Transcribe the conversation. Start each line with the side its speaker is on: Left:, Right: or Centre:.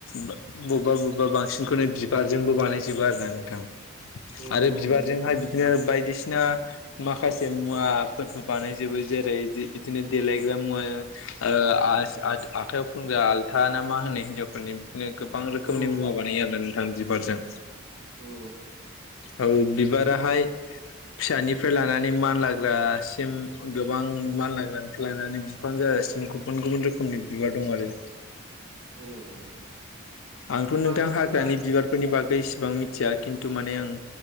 Left: बा बबेबा बबेबा बांसिनखौनो बिबार। जोंबो बानायजोबो आरोना नोंथां
Right: औ
Left: आरो बिबारजोंहाय
Right: नोंथां
Left: बिदिनो बायदिसि सिना माखासे मुवाफोरबो बानायजोबो जेरै इदि इदिनो देलायग्रा मुवा। ओ आस आ आखायाव फुनग्रा आलथा ना मा होनो हिनजावफोरनि। गोबां रोखोमनि
Right: औ
Left: मुवा बानायो आरो ना नोंथां बिबारजों।
Right: औ
Left: औ बिबाराहाय।
Right: नो
Left: फिसानिफ्राय लानानै मानलाग्रासिम गोबां मानलाग्रानिफ्राय लानानै बिफां जाजासि गुबुन गुबुन रोखोमनि बिबार दं आरो।
Right: औ नोंथां
Left: आंथ'
Right: होमबा
Left: नोंथां
Right: नोंथांना
Left: हाग्रानि बिबारफोरनि बाग गै इसेबां मिथिया खिन्थु माने आं